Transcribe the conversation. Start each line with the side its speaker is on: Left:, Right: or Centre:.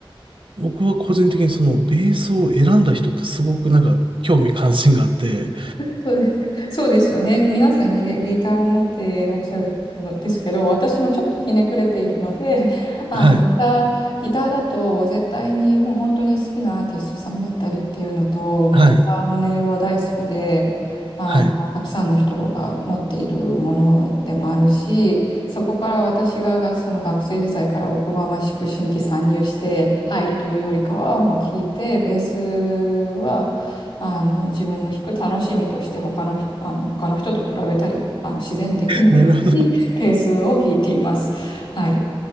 Right: 僕は個人的にそのベースを選んだ人ってすごくなんか興味関心があって、
Left: そうですか。そうですよね。皆さんにギ、ギターを持っていらっしゃるのですけど、私もちょっとひねくれているので、<laughs> あのギター、
Right: はい、
Left: ギターだと絶対にもう本当に好きなアーティストさんだったりっていうのと、もうギターの音色は大好きで、
Right: はい、
Left: あのたくさんの人が持っているものでもあるし、
Right: はい。
Left: そこから私ががその学生時代からおこがましく新規参入して入るというよりかは、もう聞いて、ベースは、あの、自分の弾く楽しみとして他の人、あの、他の人と比べたり、あの、自然にできないように
Right: なるほ
Left: <laughs> ペースを弾いています。はい。